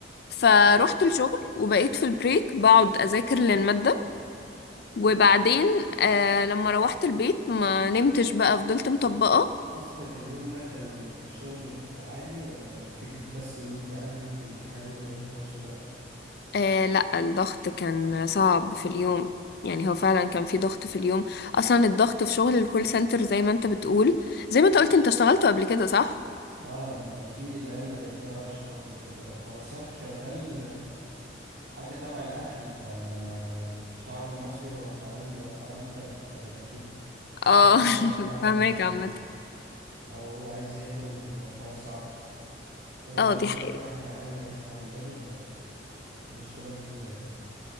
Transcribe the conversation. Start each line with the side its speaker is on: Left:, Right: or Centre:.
Left: فروحت الشغل وبقيت في البريك بقعد اذاكر للمادة وبعدين آه لما روحت البيت ما نمتش بقى فضلت مطبقة
Right: الضغط في اليوم ده كان في الشغل عالي ولا الفكرة بس ان انت عندك امتحان وشغل في نفس الوقت
Left: آه لا الضغط كان صعب في اليوم يعني هو فعلا كان في ضغط في اليوم اصلا الضغط في شغل الكول سنتر زي ما انت بتقول زي ما انت قلت انت اشتغلته قبل كده صح
Right: اه بيبقى فيه الايام اللي بيبقى فيها رش برضو بتبقى الحوار بس انا كنت شغال حاجة تبع الأكل فالشعب المصري هو جعان بيبقى الحوار مختلف يعني أكيد
Left: اه
Right: أي حاجة
Left: <laughs>
Right: هتبقى أهون
Left: فاهمك
Right: من
Left: عامة
Right: ده أو هو عايز ياكل بيبقى الحوار صعب فأنت
Left: اه
Right: بيجيلك
Left: دي حقيقة
Right: واحد جعان عايز تهندله فمشكلة كبيرة يعني